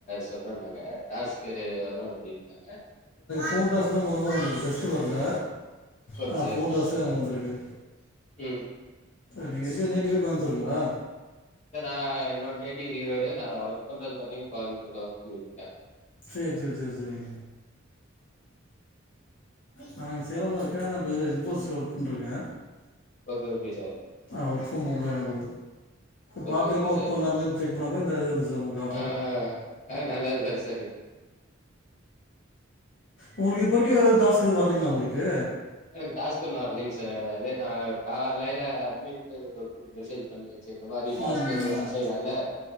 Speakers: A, on the left; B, on the left.
A: சொல்றனாங்க டாஸ்க்கு வரும் அப்டின்னாங்க
B: போன் டாஸ் தா முதமுதல வந்து டெஸ்ட் வரல
A: ஓகே
B: ஹா
A: சார்
B: போன் டாஸ் எனக்கு வந்திருக்கு
A: ம்
B: நீங்க இருக்க நேட்டிவே கோயம்புத்தூருங்களா
A: நா என்னோட நேட்டிவ் ஈரோடு நான் ஒர்க் பண்றது பாத்திங்க கோயம்புத்தூர் வந்துருக்கே
B: செரி-செரி-செரி-செரி
A: <inaudible>
B: நா இங்க சேலம்ல இருக்கேன் நா பேயல எக்ஸ்போஸ்ல ஒர்க் பண்ணிட்டுருக்க
A: ஓகே-ஓகே சார்
B: வொர்க் ஃபிரம் ஓம்ல ஏதாவது பார்
A: ஓகே
B: டைமா
A: ஓகே
B: ஒர்க்
A: சார்
B: பண்ணலாமே செக் பண்ணப்ப இந்த இ வந்துச்சு நமக்கு ஆபர்
A: ஆ ஆ ஆ நல்லா இருக்கே சார்
B: உங்களுக்கு இப்பரைக்கும் எது டாஸ்க் எது வரலீங்களா உங்களுக்கு
A: எனக்கு டாஸ்க் ஒண்ணும் வரலீங்க சார் அதே நான் காலயில அட்மின்ட்டு கூட்டு மெசேஜ் பண்ணிடே செரி இந்த மாதிரி டாஸ்க்
B: ம்
A: எது
B: ம்.
A: அசைன் ஆகல